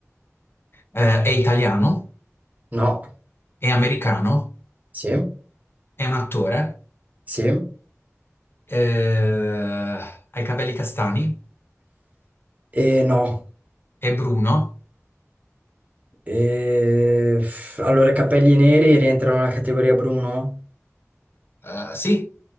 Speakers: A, on the left (about 45°); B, on the right (about 30°).
A: Eh, è italiano?
B: no,
A: È americano,
B: sì,
A: è un attore,
B: sì,
A: eh, ha i capelli castani,
B: e no.
A: è Bruno.
B: E... Allora, i capelli neri rientrano nella categoria Bruno?
A: Eh, sì,